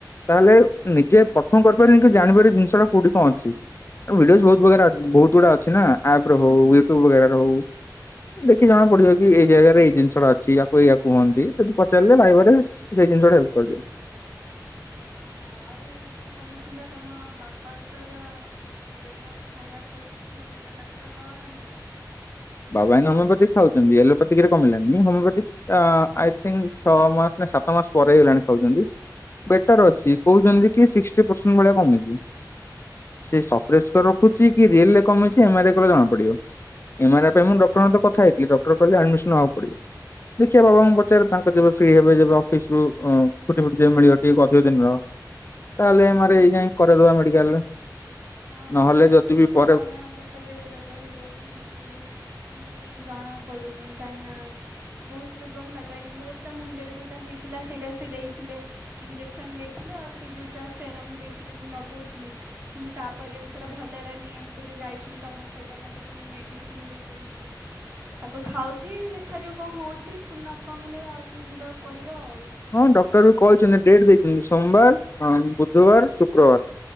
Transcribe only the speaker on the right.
ହୁଁ
ହୁଁ।
ଅ ହଁ ଆଉ ଯୋଉ କହୁଥିଲ ତମ ବାପାଙ୍କର ଦେହ ଖରାପ ଅଛି ତ ତାଙ୍କର କଣ ହେଲା।
ହୁଁ
ହୁଁ
ହଁ ହଁ
ଆଜିକାଲି
ତ
କଣ କେ ତେବେଳେ ରୋଗ ହେଇଯାଉଛି କିଛି ବି ଇ କାହିଁନା ବହୁତ ରୋଗ ବାହାରିଲାଣି ମୋର ତ ମୁଣ୍ଡରେ ଯୋଉଟା ହେଇଥିଲା ସେଇଟା ସେ ଦେଇଥିଲେ ଇଞ୍ଜେସନ ଦେଇଥିଲେ ଆଉ ସେ ଯଉଟା ସେରମ ଦେଇଥିଲେ ମୁଁ ଲଗଉଥିଲି କିନ୍ତୁ ତାପରେ ବି ସେଇଟା ଭଲ ହେଲାନି ଏବେ ତ ଯେଉଁ ଯାଇଥିଲି ତମ ସହିତ ମୋତେ ପୁଣି ମେଡ଼ିସିନ ଦେଇଛନ୍ତି। ତାକୁ ଖାଉଛି ଦେଖାଯାଉ ହଉଚି ପୁଣି ନ କମିଲେ ଆଉଥରେ ଯିବାକୁ ପଡ଼ିବ ଆଉ।